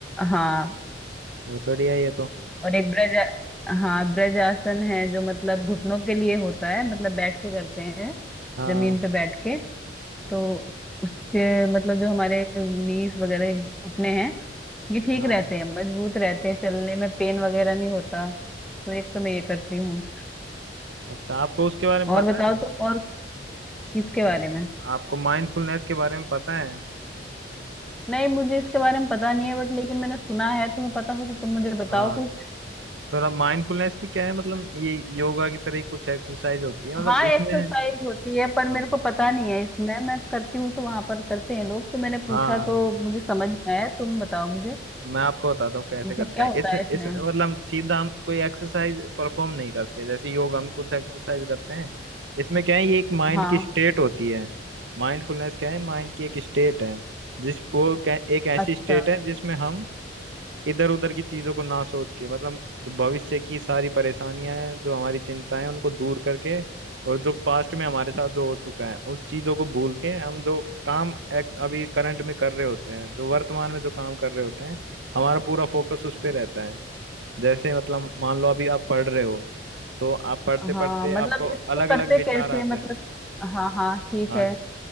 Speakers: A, in the centre; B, on the right (about 70°).
A: हाँ
B: वो तो बढ़िया है ये तो
A: और एक ब्रज हाँ ब्रज आसन है जो मतलब घुटनों के लिए होता है मतलब बैठ के करते हैं
B: हाँ
A: जमीन पे बैठ के तो उसके मतलब जो हमारे नीस वगैरह घुटने हैं ये ठीक
B: हाँ
A: रहते हैं मजबूत रहते हैं चलने में पेन वगैरह नहीं होता तो एक तो मैं ये करती हूँ
B: अच्छा आपको उसके बारे में
A: और
B: पता
A: बताओ
B: है
A: तुम और किसके बारे
B: हाँ
A: में
B: हाँ, आपको माइंडफुलनेस के बारे में पता है
A: नहीं मुझे इसके बारे में पता नहीं है बट लेकिन मैंने सुना है तुम्हें पता हो तो तुम मुझे बताओ
B: हाँ
A: कुछ
B: थोड़ा माइंडफुलनेस भी क्या है मतलब ये योगा की तरह ही कुछ एक्सरसाइज होती है मतलब
A: हाँ एक्सरसाइज
B: इसमें
A: होती है पर मेरे
B: हाँ
A: को पता नहीं है इसमें मैं करती हूँ तो वहां पर करते हैं लोग तो मैंने पूछा
B: हाँ
A: तो मुझे समझ में आया तुम बताओ मुझे
B: मैं आपको बताता हूँ कैसे
A: मतलब
B: करते
A: क्या
B: हैं
A: होता
B: इसमें
A: है इसमें
B: इसमें मतलब हम सीधा हम कोई एक्सरसाइज परफॉर्म नहीं करते जैसे योगा में कुछ एक्सरसाइज करते हैं इसमें क्या है ये एक माइंड
A: हाँ
B: की स्टेट होती है माइंडफुलनेस क्या है माइंड की एक स्टेट है जिस वो क्या- एक ऐसी
A: अच्छा
B: स्टेट है जिसमें हम इधर उधर की चीजों को ना सोच के मतलब जो भविष्य की सारी परेशानियां हैं जो हमारी चिंताएं हैं उनको दूर करके और जो पास्ट में हमारे साथ जो हो चुका है उस चीजों को भूल के हम जो काम एक्ट अभी करंट में कर रहे होते हैं जो वर्तमान में जो काम कर रहे होते हैं हमारा पूरा फोकस उस पे रहता है जैसे मतलब मान लो अभी आप पढ़ रहे हो तो आप पढ़ते पढ़ते
A: हाँ मतलब
B: आपको
A: इसको
B: अलग अलग
A: करते
B: विचार
A: कैसे
B: आते
A: हैं? मतलब
B: हैं
A: हाँ हाँ ठीक
B: हाँ,
A: है